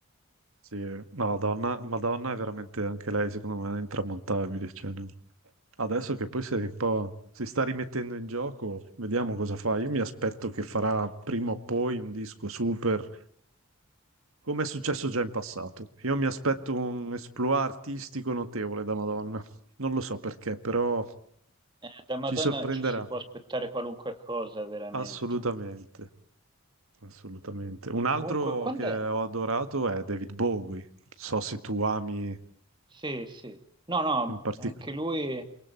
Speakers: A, on the right; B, on the right.
A: Sì, no, Donna, Madonna è veramente anche lei, secondo me, intramontabile. cioè, non- Adesso che poi si è un po', si sta rimettendo in gioco, vediamo cosa fa. Io mi aspetto che farà prima o poi un disco super, come è successo già in passato. Io mi aspetto un esploit artistico notevole da Madonna. Non lo so perché, però
B: Eh, da Madonna
A: ci sorprenderà
B: ci si può aspettare qualunque cosa, veramente.
A: assolutamente. Assolutamente. Un altro
B: Comunque, quando
A: che
B: è?
A: ho adorato è David Bowie. So se tu ami
B: Sì, sì. No, no,
A: in particolare.
B: anche lui